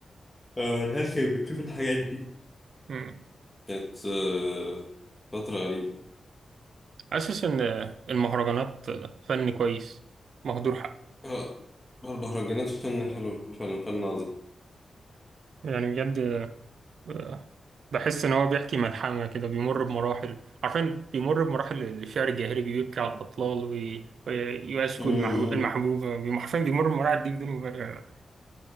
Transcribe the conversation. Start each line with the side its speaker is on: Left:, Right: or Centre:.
Left: آه، هلال كانت بتشوف الحاجات دي
Right: مم.
Left: كانت آه، فترة غريبة
Right: حاسس ان المهرجانات فن كويس مهدور حقه
Left: آه، المهرجانات فن حلو فعلا فن
Right: يعني بجد آه، بحس ان هو بيحكي ملحمة كده بيمر بمراحل عارفين بيمر بمراحل الشعر الجاهلي بيبكي على الأطلال وي- ويشكو
Left: عظيم
Right: المحبوب المحبوبة بي- حرفيا بيمر بمراحل دي بدون مبالغة